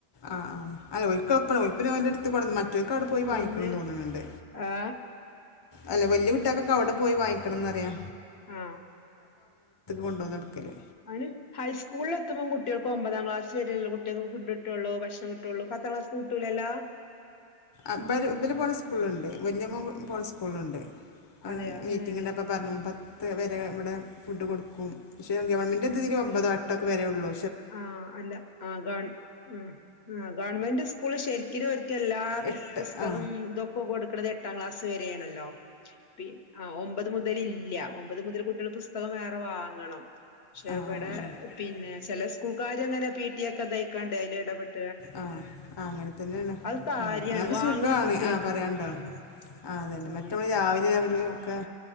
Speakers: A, on the left; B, on the left.
A: ആ ആ അല്ല <unintelligible> പിന്നെ ഓരെട്ത്ത് <unintelligible> ഒറ്റക്കവിടെ പോയി
B: പിന്നെ
A: വായിക്കണം തോന്നണുണ്ട്
B: ആ
A: അല്ല വല്ലിയ കുട്ടികളൊക്കെ അവിടെ പോയി വാങ്ങിക്കണന്ന് പറുവാ
B: ആ
A: കൊണ്ടുവന്ന് കൊടുക്കല്
B: അയ്ന് ഹൈസ്കൂളിൽ എത്തുമ്പോം കുട്ടികൾക്ക് ഒമ്പതാം ക്ലാസ് ചെറിയേയുള്ള കുട്ടികൾക്ക് ഫുഡ്ട്ടോള്ളു ഭക്ഷണം കിട്ടോള്ളു പത്താം ക്ലാസ്ന്ന് കിട്ടൂലല്ലോ
A: ഇവള്
B: ഉം
A: പോണ സ്കൂള്ണ്ട് വല്ല്യ മോൻ പോണ സ്കൂള്ല്ണ്ട് <unintelligible> അ
B: അതെയോ
A: മീറ്റിങ്ങ്
B: ഏ
A: ഉണ്ട് അപ്പൊ പറഞ്ഞീ പത്ത് വര് ഇവിടെ ഫുഡ് കൊടുക്കും പക്ഷേ ഗവൺമെൻ്റതില് ഒമ്പതോ എട്ടോക്കെ വരേള്ളു
B: ആ അല്ല ആ ഗവൺ മ്മ് ആ ഗവൺമെൻ്റ് സ്കൂള് ശരിക്ക്നും ഒര്കെ <unintelligible> ല്ലാ ആ
A: എട്ട്
B: പുസ്തകം
A: ആ
B: ഇതൊക്ക കൊടുക്ക് ണത് എട്ട് എട്ടാക്ലാസ് വരേയാണല്ലോ പി ആ ഒമ്പത് മുതല് ഇല്ല്യ ഒമ്പത് മുതല് കുട്ടികള് പുസ്തകം വേറെ വാങ്ങണം പക്ഷെ
A: ആ
B: ഇവിടെ
A: ആ ആ
B: പിന്നെ ചെലേസ് സ്കൂൾക്കാരങ്ങനെ പീട്ടിയൊക്കെ തായ്ക്കണ്ടേ അയിലെടപെട്
A: ആ അങ്ങനെതെന്നേണ്
B: അത് കാര്യാണ്
A: ആ അങനാവുമ്പ
B: വാങ്ങണ
A: സുഖാണ്
B: കുട്ടികൾക്ക്
A: ആപറിയാണ്ടൊ
B: നല്ലത് ഉം
A: ആ അതെന്നെ
B: കാര്യാണ്
A: മറ്റമ്മള് രാവിലെയാമൊരു ഒകെ